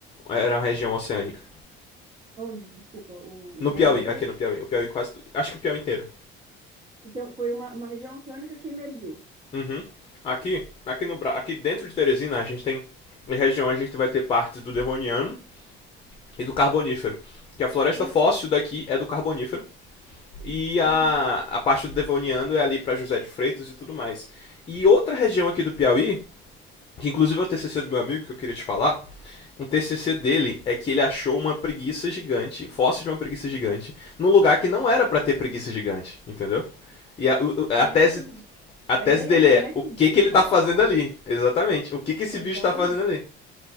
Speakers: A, on the left; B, on the right.
A: era uma região oceânica.
B: Onde? Desculpa, o, o
A: No
B: Piauí
A: Piauí,
B: inteiro?
A: aqui no Piauí, o Piauí quase, acho que o Piauí inteiro.
B: Então, foi uma, uma região oceânica que emergiu.
A: Uhum. Aqui, aqui no Bra- aqui dentro de Teresina a gente tem em região a gente vai ter partes do Devoniano e do Carbonífero, que a floresta
B: Uhum,
A: fóssil daqui é do Carbonífero e a,
B: uhum.
A: a parte do Devoniano é ali para José de Freitas e tudo mais. E outra região aqui do Piauí, que inclusive é o TCC do meu amigo que eu queria te falar, um TCC dele é que ele achou uma preguiça gigante, fóssil de uma preguiça gigante, num lugar que não era para ter preguiça gigante, entendeu? E a, o- a
B: Como
A: tese
B: é que aquele...
A: a tese
B: A ideia
A: dele
B: é como
A: é
B: é que
A: o que
B: o bicho
A: que ele tá
B: foi
A: fazendo
B: parar lá.
A: ali. Exatamente. O que que esse
B: Exatamente.
A: bicho tá fazendo ali.